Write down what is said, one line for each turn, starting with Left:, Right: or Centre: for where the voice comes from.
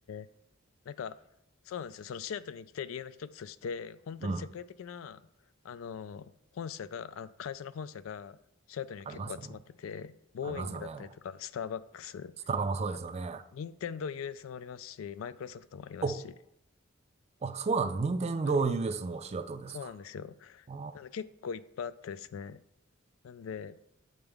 Left: えなんか、そうなんですよ。そのシアトルに行きたい理由の一つとして、本当に世界的な、
Right: <laughs> うん。
Left: あの、本社が、あ、会社の本社が、シアトルに結構集まってて、
Right: ありますよね。
Left: ボーイングだったりとか、
Right: ありますよね。
Left: スターバックス、
Right: スタバもそうですよね。
Left: あと、任天堂 US もありますし、マイクロソフトもありますし、
Right: お、あ、そうなんだ。任天堂
Left: はい。
Right: US もシアトルですか。
Left: そうなんですよ。
Right: あ
Left: なんで結構いっぱいあってですね。なんで、